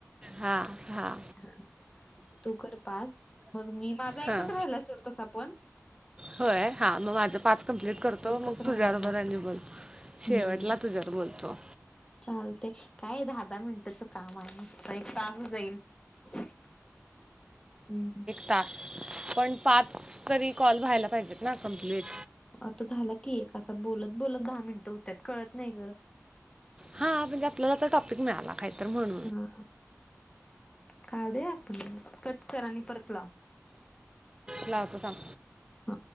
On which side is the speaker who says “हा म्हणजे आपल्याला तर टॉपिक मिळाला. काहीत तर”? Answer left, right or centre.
Right